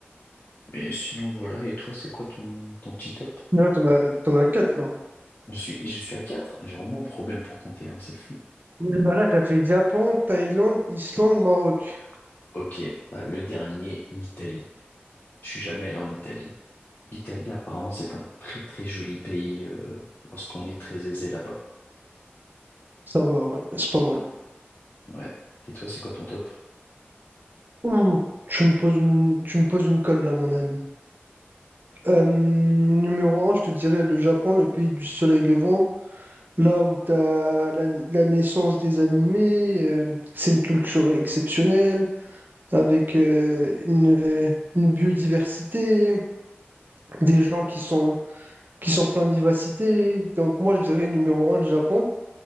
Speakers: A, on the left; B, on the right.
A: Mais sinon, voilà. Et toi, c'est quoi ton, ton petit top?
B: Mais là, t'en as... t'en as quatre, là.
A: Je suis, je suis à quatre j'ai vraiment un problème pour compter, hein, c'est fou.
B: Et bah là, t'as fait Japon, Thaïlande, Islande, Maroc.
A: Ok, bah, le dernier, l'Italie. Je suis jamais allé en Italie. L'Italie, apparemment, c'est un très très joli pays euh, lorsqu'on est très aisé là-bas.
B: Ça va, ouais. C'est pas mal.
A: Ouais. Et toi, c'est quoi ton top?
B: Ouh, tu me poses une... tu me poses une colle, là, mon ami. Euh, Numéro un, je te dirais le Japon, le pays du soleil levant. Là où tu as la, la naissance des animés, euh, c'est une culture exceptionnelle, avec euh, une, euh, une biodiversité, des gens qui sont, qui sont pleins de vivacité. Donc moi, je dirais numéro un, le Japon.